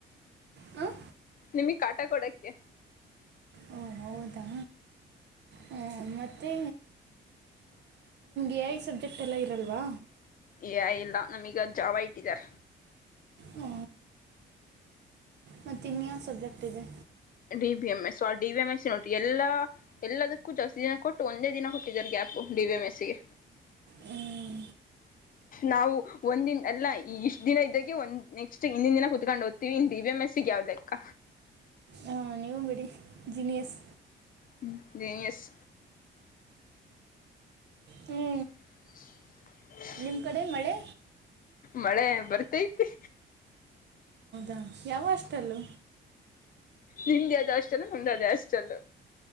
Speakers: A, on the right; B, on the left.
A: ಹಾಂ
B: ನಿಮಗ್ ಕಾಟ ಕೊಡಕ್ಕೆ
A: ಓ ಹೌದಾ ಹ್ಮ್, ಮತ್ತೆ ಎ ಐ ಸಬ್ಜೆಕ್ಟ್ ಎಲ್ಲ ಇರಲ್ವಾ
B: ಏ ಐ ಇಲ್ಲಾ ನಮೀಗ ಅದು ಜಾವ ಇಟ್ಟಿದ್ದಾರೆ
A: ಹ್ಮ ಮತ್ತೆ ಇನ್ಯನ್ ಸಬ್ಜೆಕ್ಟ್ ಇದೆ
B: D B M S D V M S ನೋಟ್ರ ಎಲ್ಲ ಎಲ್ಲದಕ್ಕೂ ಜಾಸ್ತಿ ದಿನ ಕೊಟ್ಟು ಒಂದೇ ದಿನ ಕೊಟ್ಟಿದರೆ ಗ್ಯಾಪ್ ೆ ಮಿಸಿಗೆ
A: ಹ್ಮ್,
B: ನಾವು ಒಂದಿನ ಅಲ್ಲ ಇಷ್ಟು ದಿನ ಇದ್ದೆ ನಾವು ಒಂದು ದಿನ ಅಲ್ಲ ಇಷ್ಟು ದಿನ ಇದ್ದಂಗೆ ನೆಕ್ಸ್ಟ್ ಇಿಂದಿನ ದಿನ ಕೂತ್ಕೊಂಡು ಓದ್ೀವಿ ಇಡಿ ವಿ ಎಂ ಎಸ್ಸ ಯಾವ ಲೇಕ್ಕ್ಕ
A: ಆ, ನೀವು ಬಿಡಿ ಜೀನಿಯಸ್
B: ಹ್ಮ ಜನಿಯಸ್
A: ಹ್ಞೂ
B: ಕೀ
A: ನಿಮ್ಮ ಕಡೆ ಮಳೆ
B: ಮಳೆ ಬರ್ತೈತಿ
A: ಹ ಯಾವ ಅಷ್ಟಲ್ಲೂ
B: ನಿಮ್ದೇ ಯಾವ ಹಾಸ್ಟೆಲ್ ನಮ್ದು ಅದುೇ ಹಾಸ್ಟೆಲ್